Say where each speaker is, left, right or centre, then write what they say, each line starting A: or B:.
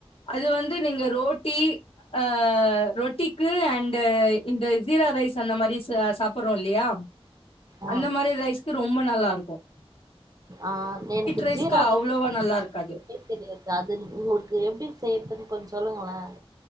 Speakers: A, on the left (about 65°); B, on the right (about 35°).
A: அது வந்து நீங்க ரோட்டி அ ரொட்டிக்கு அண்டு இந்த ஜீரா ரைஸ் அந்த மாறி ச சாப்டுறோம் இல்லியா
B: ஆ
A: அந்த மாறி ரைஸ்க்கு ரொம்ப நல்லா இருக்கும்
B: ஆ எனக்கு
A: ரைஸ்க்கு
B: ஜீரா ரைஸ்
A: அவ்ளோவா
B: கீ
A: நல்லா
B: ஃபர்ஸ்ட்
A: இருக்காது
B: தெரியாது அது உங்களுக்கு எப்டி செய்யறதுன்னு கொஞ்சோ சொல்லுங்களே